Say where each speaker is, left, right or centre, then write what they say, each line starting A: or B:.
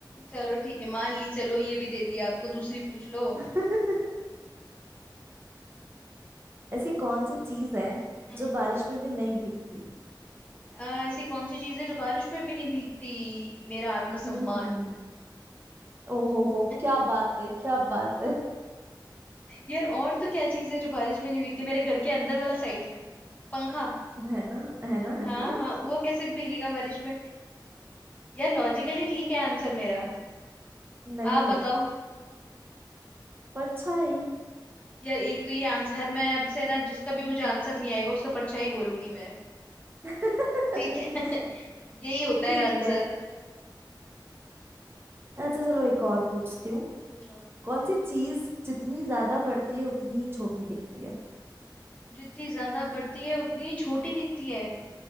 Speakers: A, on the left (about 20°); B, on the right (about 30°).
A: चलो ठीक है मान ली चलो ये भी दे दिया आपको दूसरी पूछ लो
B: <laughs> ऐसी कौन सी चीज है
A: हम्म
B: जो बारिश में भी नहीं भीगती
A: अ, ऐसी कौन सी चीज है जो बारिश में भी नहीं भीगती मेरा आत्मसम्मान
B: हम्म हम्म ओ हो हो
A: <laughs>
B: क्या बात है क्या बात है
A: यार और तो क्या चीज है जो बारिश में नहीं भीगती मेरे घर के अंदर वाला साइड पंखा
B: है ना है ना है
A: हाँ
B: ना
A: हाँ वो कैसे भीगेगा बारिश में यार लॉजिकली ठीक है आंसर मेरा
B: नहीं
A: आप बताओ
B: परछाई
A: यार एक तो ये आंसर मैं अब से ना जिसका भी मुझे आंसर नहीं आएगा उसका परछाई बोलूंगी मैं
B: <laughs> ठीक
A: ठीक है <laughs> यही होता है
B: है
A: आंसर
B: अच्छा चलो एक और पूछती हूँ
A: पूछो
B: कौन सी चीज जितनी ज्यादा बढ़ती है उतनी ही छोटी दिखती है
A: जितनी ज्यादा बढ़ती है उतनी छोटी दिखती है